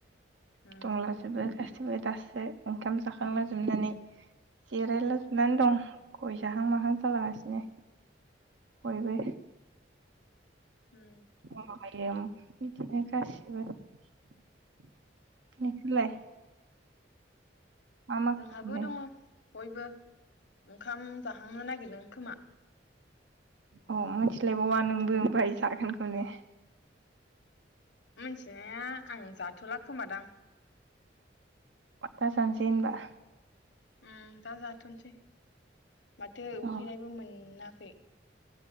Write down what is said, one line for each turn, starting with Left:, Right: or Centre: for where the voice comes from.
Left: उम
Right: दंलाजोबो गा सिबो दासो ओंखाम जाखांला जोबनानै जिरायलाजोबनानै
Left: उम
Right: दं। गय जाहां माहां जालागासिनो
Left: उम
Right: बयबो।
Left: उम
Right: <unintelligible> बिदिनो गासिबो । नोंसोरलाय मा मा
Left: जोंहाबो
Right: खालामदों
Left: दङ बयबो। ओंखाम जाहांनो नागिरदों खोमा।
Right: अ मिथिलायबावा नोंबो ओमफ्राय जागोनखौनो ।
Left: मिथिनाया आं जाथ'ला खोमादां।
Right: अथ दा जानोसै होनबा।
Left: उम दा जाथ'नोसै माथो
Right: अ
Left: उखैनायबो मोनाखै।